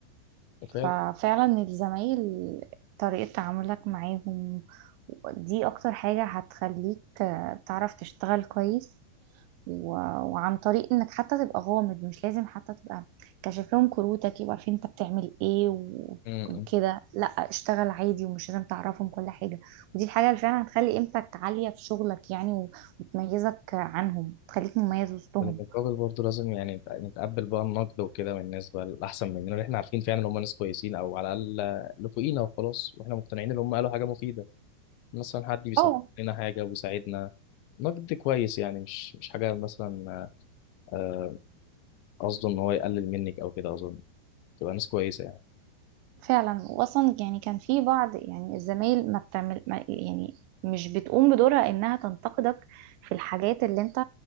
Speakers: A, on the left; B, on the right.
A: فعلا
B: ففعلا الزمايل طريقة تعاملك معاهم دي اكتر حاجة هتخليك تعرف تشتغل كويس و- وعن طريق انك حتى تبقى غامض مش لازم حتى تبقى كاشف لهم كروتك يبقى عارفين انت بتعمل ايه و-
A: لا
B: وكده لا اشتغل عادي ومش لازم تعرفهم كل حاجة ودي الحاجة اللي فعلا هتخلي قيمتك عالية في شغلك يعني و- وتميزك عنهم تخليك مميز وسطهم
A: بالمقابل برضه لازم يعني نتقبل بقى النقد وكده من الناس بقى الأحسن مننا اللي احنا عارفين فعلا ان هم ناس كويسين أو على الأقل اللي فوقينا وخلاص واحنا مقتنعين ان هم قالوا حاجة مفيدة مثلا حد بيصحح
B: اه
A: لنا حاجة وبيساعدنا نقد كويس يعني مش مش حاجة مثلا آه، قصده ان هو يقلل منك أو كده أظن تبقى ناس كويسة يعني
B: فعلا واصلا يعني كان في بعض يعني الزمايل ما بتعمل ما يعني مش بتقوم بدورها انها تنتقدك في الحاجات اللي انت